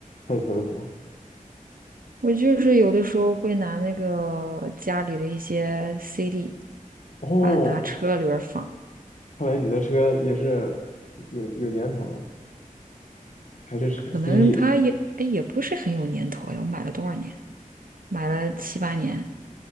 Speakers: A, on the left (about 60°); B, on the right (about 80°).
A: 开车的时候。
B: <laughs> 我就是有的时候会拿那个家里的一些 CD，
A: 哦，
B: 把拿车里边儿放。
A: 看来你的车也是有有年头了，还是车
B: 可能它也，
A: CD 的。
B: 哎，也不是很有年头呀。我买了多少年？买了七八年。